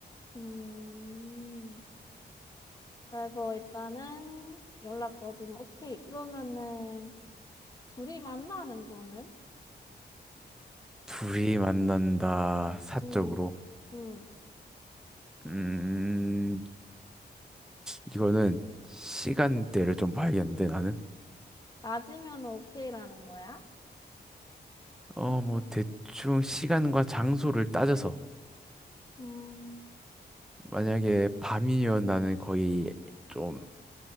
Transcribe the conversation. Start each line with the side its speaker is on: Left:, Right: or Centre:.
Left: 음. 그래서 일단은 연락까지는 오케이. 그러면은, 둘이 만나는 거는?
Centre: 둘이 만난다, 사적으로.
Left: 음, 음,
Centre: 음, 이거는 시간대를 좀 봐야겠는데, 나는?
Left: 낮이면 오케이라는 거야?
Centre: 어, 뭐, 대충 시간과 장소를 따져서,
Left: 음,
Centre: 만약에 밤이면 나는 거의 좀,